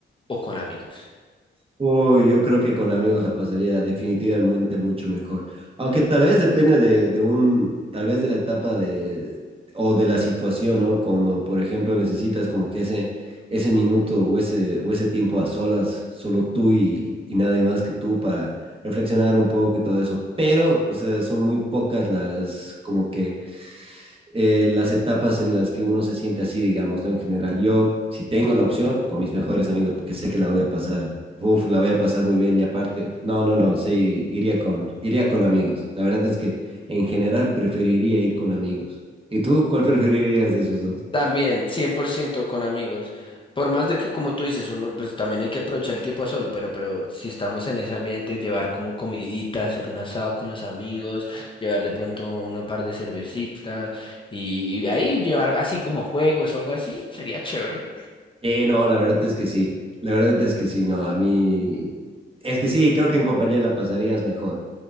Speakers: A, on the left; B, on the right.
A: o con amigos?
B: Uy, yo creo que con amigos la pasaría definitivamente mucho mejor. Aunque tal vez depende de, de un, tal vez de la etapa de, o de la situación, ¿no? Cuando, por ejemplo, necesitas como que ese, ese minuto o ese, o ese tiempo a solas, solo tú y, y nadie más que tú para reflexionar un poco y todo eso. Pero, o sea, son muy pocas las, como que eh, las etapas en las que uno se siente así, digamos, ¿no? En general, yo si tengo la opción con mis mejores amigos, porque sé que la voy a pasar, uf, la voy a pasar muy bien y aparte, no, no, no, sí, iría con, iría con amigos. La verdad es que en general preferiría ir con amigos. ¿Y tú cuál preferirías de esos dos?
A: También, 100% con amigos. Por más de que, como tú dices, uno, pues también hay que aprovechar el tiempo a solo, pero, pero si estamos en ese ambiente, llevar como comidita, hacer un asado con los amigos, llevar de pronto una par de cervecitas y, y ahí llevar así como juegos o algo así, sería chévere.
B: Sí, no, la verdad es que sí, la verdad es que sí, no, a mí, es que sí, creo que en compañía la pasarías mejor.